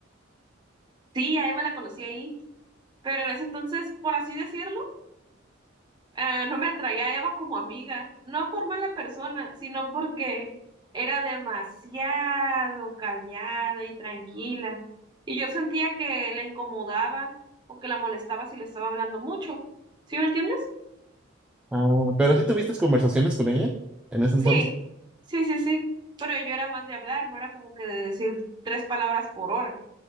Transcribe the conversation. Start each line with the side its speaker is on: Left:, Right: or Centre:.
Right: Sí, a Eva la conocí ahí, pero en ese entonces, por así decirlo, ah, no me atraía a Eva como amiga, no por mala persona, sino porque era demasiado callada y tranquila. Y yo sentía que la incomodaba o que la molestaba si le estaba hablando mucho. ¿Sí me entiendes?
Centre: Ah, pero sí tuviste conversaciones con ella en ese
Right: Sí,
Centre: entonces.
Right: sí, sí, sí. Pero yo era más de hablar, no era como que de decir tres palabras por hora.